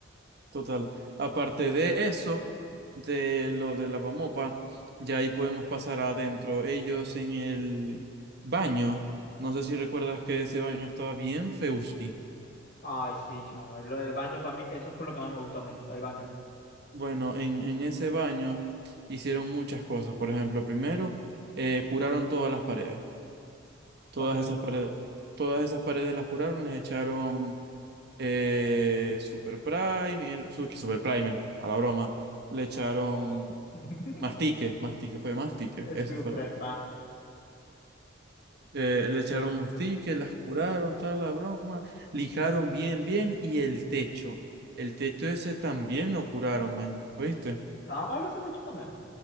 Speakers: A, on the right; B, on the left.
A: total. Aparte de eso, de lo de lavamopa, ya ahí podemos pasar adentro. Ellos en el baño, no sé si recuerdas que ese baño estaba bien feuski.
B: Ay, sí, chamo. Lo del baño para mí, eso fue lo que más me gustó a mí, lo del baño.
A: Bueno, en, en ese baño hicieron muchas cosas. Por ejemplo, primero, eh, curaron todas las paredes. Todas
B: Ok.
A: esas paredes, todas esas paredes las curaron, les echaron eh, Super Primer, su- Super Primer, a la broma. Le echaron
B: Oh. <laughs>
A: mastique, mastique, fue mastique, eso
B: Super,
A: fue lo que fue. Eh, le echaron mastique, las curaron, tal, la broma, lijaron bien, bien, y el techo. El techo ese también lo curaron, men, ¿oíste?
B: Estaba malo ese techo también.